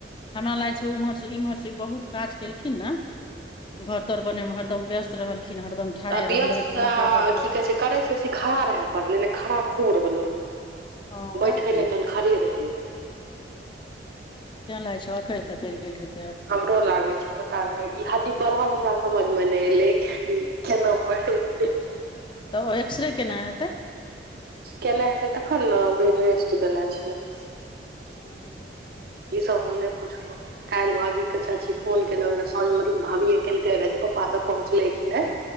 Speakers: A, on the left (about 25°); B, on the right (about 55°).
A: हमरा लाग छै, उम्हर से इम्हर से बहुत काज केलखिन ने। घर तर बने मे हरदम व्यस्त रहलखिन हरदम। ठाढ़े
B: आ
A: रहलै
B: व्यस्त
A: घुमिते रहलै
B: ठीक छै। करै से बेसी खड़ा रहै पड़लै ने। खड़ा खूब रहलै,
A: हँ उएह
B: बैठै
A: तऽ ने
B: नहि तनिको। खड़े रहै।
A: तं लाइ छो अकैर तकैर गेल हेतेय
B: हमरो लागे छै पता नहि ई हडदी बढ़ाव हमरा समझ मे नहि एले केना बढ़े <inaudible>
A: तऽ ओ एक्स रे केना हेतै
B: केनाइ हेतै तखन ने बेड रेस्ट देने छै
A: ह <inaudible>
B: ई सब हमने पूछलो काल्हि भाभी केे चाची फोन केलक रहै साँझ मतलब भाभी केलकै रहे जे पपा सब पहुँचलै कि नहि